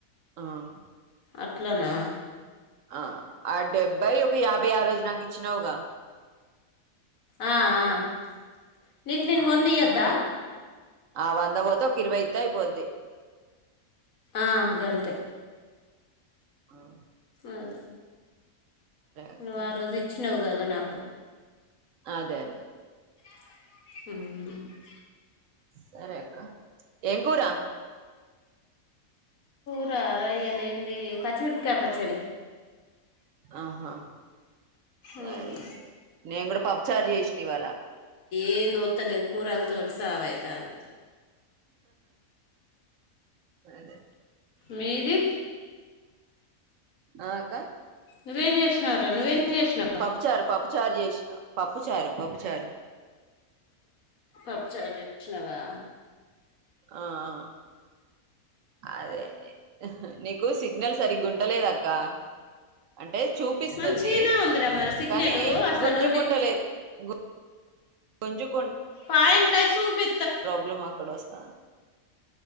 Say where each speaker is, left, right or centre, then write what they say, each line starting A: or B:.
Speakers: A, on the right; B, on the left.
A: ఆహ్
B: అట్లానా.
A: ఆహ్. ఆహ్ డెబ్బై ఒక యాభై. ఆ రోజు నాకు ఇచ్చినావుగా.
B: ఆహ్ ఆహ్. నీకు నేను
A: ఆ
B: వంద ఇయ్యోద్దా.
A: నూటి ఆ వంద పోతే ఒక ఇరవై ఇత్తే అయిపోద్ది.
B: ఆహ్ గంతే.
A: ఆహ్
B: అదే
A: అక్క
B: నువ్వు ఆ రోజు ఇచ్చినావు కదా. సార్ నాకు.
A: అదే అదే.
B: ఉమ్
A: సరే అక్క ఏం కూరా.
B: అరే ఇయ్యాల ఏంది పచ్చిమిరపకాయ పచ్చడి.
A: ఆహా సరే
B: అవును.
A: సరే నేను కూడా. పప్పు చారు చేసిన ఇవాళ.
B: ఏందోత్తాలేదు కూరలతోటే సావుఅయితంది.
A: సరే.
B: మీది.
A: ఆహ్ అక్క.
B: నువ్వేం చేస్తున్నావ్ రా నువ్వేం. చేసినావు
A: పప్పు, చారు పప్పు. చారు చేసిన పప్పు చారు, పప్పు చారు.
B: పప్పు చారు జేష్నవా.
A: ఆహ్ ఆహ్ అదే నీకు సిగ్నల్ సరిగ్గా ఉం. ఉంటలేదక్కా. అంటే చూపిస్తుంది
B: మంచిగానే ఉందిరా మరి సిగ్నల్
A: కానీ
B: అసలు
A: గుంజుకుంటలేదు
B: లే-
A: గుం. కొంజుప్.
B: పాయింట్ లైకి చూపి
A: ప్రాబ్లమ్ అక్కడ వస్తా ఆ